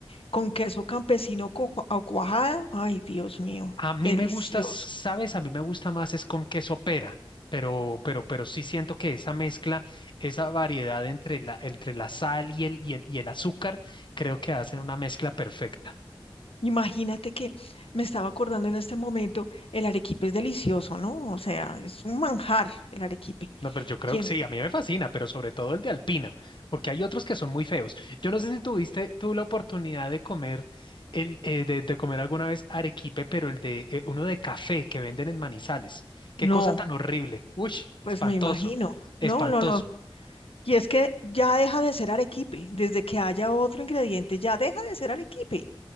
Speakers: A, on the left; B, on the left.
A: con queso campesino co- o cuajada. Ay, Dios mío,
B: A
A: delicioso.
B: mí me gusta, ¿sabes? A mí me gusta más es con queso pera, pero, pero, pero sí siento que esa mezcla, esa variedad entre la, entre la sal y el, y el, y el azúcar, creo que hacen una mezcla perfecta.
A: Imagínate que me estaba acordando en este momento, el arequipe es delicioso, ¿no? O sea, es un manjar el arequipe.
B: No, pero yo creo
A: ¿Quién?
B: que sí, a mí me fascina, pero sobre todo el de Alpina, porque hay otros que son muy feos. Yo no sé si tuviste tú la oportunidad de comer el, eh, de, de comer alguna vez arequipe, pero el de eh, uno de café que venden en Manizales. Qué
A: No,
B: cosa tan horrible. Uy,
A: pues
B: espantoso,
A: me imagino.
B: espantoso.
A: No, no, no. Y es que ya deja de ser arequipe. Desde que haya otro ingrediente, ya deja de ser arequipe,